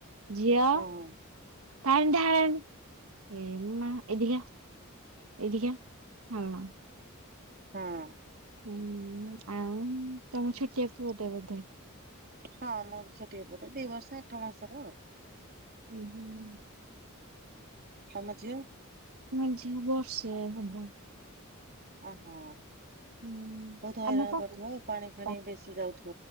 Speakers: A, on the right; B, on the right.
A: ଝିଅ
B: ଓହୋ
A: ପାଣି ଢାଳେନି ଏମା ଏଠି କି ଆ ଏଇଠି କି ଆ ହାଲୋ।
B: ହଁ।
A: ହୁଁ ଆଉ ତମ ଛୋଟିଆ ପୁଅଟେ ବୋଧେ?
B: ହଁ ମୋର ଛୋଟି ଏ ପୁଟେ ଦି ବର୍ଷ ଆଠ ମାସର ଆଉ।
A: ହୁଁ ହୁଁ।
B: ତମ ଝିଅ?
A: ମ ଝିଅ ବର୍ଷେ ହବ।
B: ଓହୋ।
A: ହୁଁ
B: ବହୁତ ହଇରାଣ
A: ଆମ <unintelligible>
B: କରୁଥିବ ଆଉ ପାଣି ଫାଣି ବେଶୀ ଯାଉଥିବ।